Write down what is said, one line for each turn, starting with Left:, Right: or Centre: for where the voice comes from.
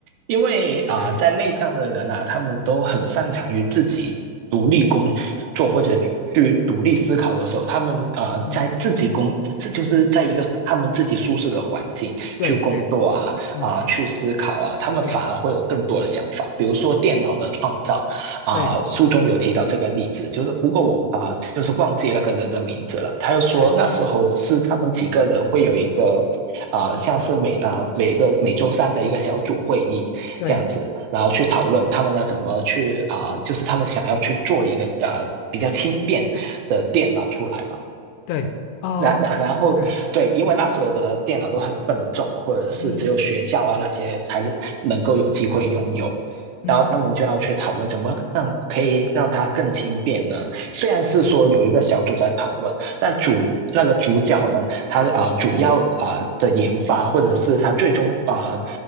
Right: 因为啊、
Left: 哎，
Right: 呃在内向的人啊，他们都很擅长于自己独立工作或者去独立思考的时候，
Left: 嗯，
Right: 他们啊、呃在自己工，
Left: 嗯
Right: 这就是在一个他们自己舒适的环境去工作啊啊、
Left: 对，嗯嗯，
Right: 去思考啊，他们反而会有更多的想法。
Left: 对。
Right: 比如说电脑的创造，啊、
Left: 对
Right: 呃书中有提到这个例子，就是不过我啊、呃就是忘记那个人的名字了。他又说那时候是他们几个人会有一个啊、
Left: 对
Right: 呃像是每啊、呃每个每周三的一个小组会议这样子，
Left: 对
Right: 然后去讨论他们要怎么去啊、
Left: 嗯
Right: 呃就是他们想要去做一个呃比较轻便的电脑出来嘛。
Left: 对哦，
Right: 然然然后，
Left: 嗯
Right: 对，因为那时候的电脑都很笨重，或者是只有学校啊那些才能够有机会拥有，
Left: 嗯嗯
Right: 然后他们就要去讨论怎么让可以让它更轻便呢？虽然是说有一个小组在讨论，
Left: 嗯
Right: 但主那个主角呢，他啊、呃主要啊、呃的研发或者是他最终啊、呃